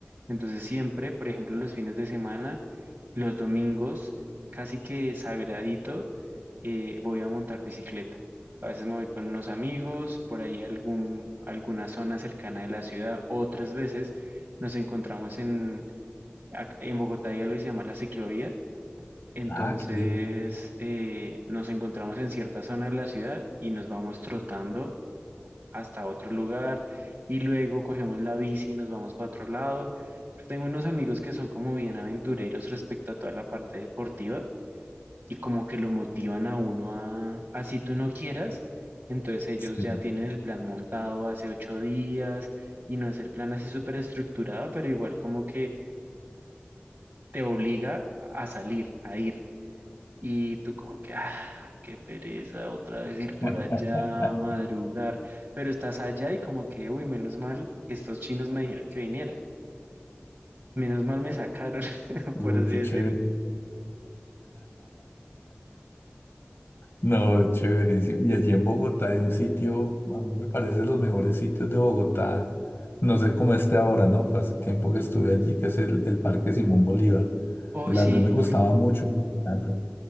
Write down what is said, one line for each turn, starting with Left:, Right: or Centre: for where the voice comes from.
Right: Entonces siempre, por ejemplo, los fines de semana, los domingos, casi que sagradito, eh, voy a montar bicicleta. A veces me voy con unos amigos, por ahí a algún, alguna zona cercana de la ciudad. Otras veces nos encontramos en, ac- en Bogotá, hay algo que se llama la ciclovía. Entonces
Left: Ah, qué bien.
Right: eh, nos encontramos en cierta zona de la ciudad y nos vamos trotando hasta otro lugar y luego cogemos la bici y nos vamos para otro lado. Tengo unos amigos que son como bien aventureros respecto a toda la parte deportiva y como que lo motivan a uno a, así tú no quieras. Entonces ellos
Left: Sí.
Right: ya tienen el plan montado hace ocho días y no es el plan así súper estructurado, pero igual como que te obliga a salir, a ir. Y tú como que, ah, qué pereza otra vez ir por
Left: <laughs>
Right: allá, madrugar, pero estás allá y como que, uy, menos mal, estos chinos me dijeron que viniera, menos mal me sacaron, <laughs>
Left: Uy,
Right: por así
Left: qué
Right: decirlo.
Left: chévere. No, es chéverísimo. Y allí en Bogotá hay un sitio, a mí me parece los mejores sitios de Bogotá. No sé cómo esté ahora, ¿no? Fue hace tiempo que estuve allí, que es el, el Parque Simón Bolívar.
Right: Uy,
Left: La
Right: sí,
Left: verdad me gustaba mucho visitarlo.